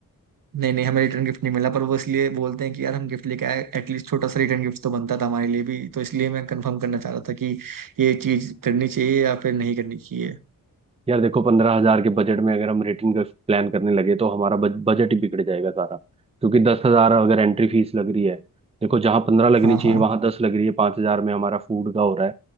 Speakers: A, on the right; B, on the right.
A: नहीं नहीं हमें रिटर्न गिफ्ट नहीं मिला पर वो इसलिए बोलते हैं कि यार हम गिफ्ट लेके आए एटलीस्ट छोटा सा रिटर्न गिफ्ट तो बनता था हमारे लिए भी तो इसलिए मैं कंफर्म करना चाह रहा था कि ये चीज करनी चाहिए या फिर नहीं करनी चाहिए
B: यार देखो पंद्रह हजार के बजट में अगर हम रेटिंग का प्लान करने लगे तो हमारा बज, बजट ही बिगड़ जाएगा सारा क्योंकि दस हजार अगर एंट्री फीस लग रही है देखो जहाँ पंद्रह लगनी
A: हाँ
B: चाहिए
A: हाँ
B: वहां दस लग रही है पांच हजार में हमारा फूड का हो रहा है